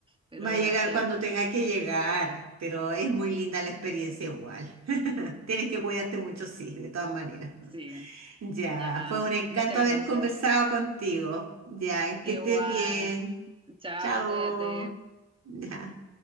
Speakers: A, on the right; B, on the right.
A: Pero
B: Va a
A: gracias.
B: llegar cuando tenga que llegar, pero es muy linda la experiencia igual. <laughs> Tienes que cuidarte mucho, sí, de todas maneras. <laughs>
A: Sí,
B: Ya,
A: ya.
B: fue un encanto
A: Muchas gracias.
B: haber conversado contigo. Ya,
A: Igual.
B: que estés bien.
A: Chao,
B: Chao.
A: cuídate.
B: Ya.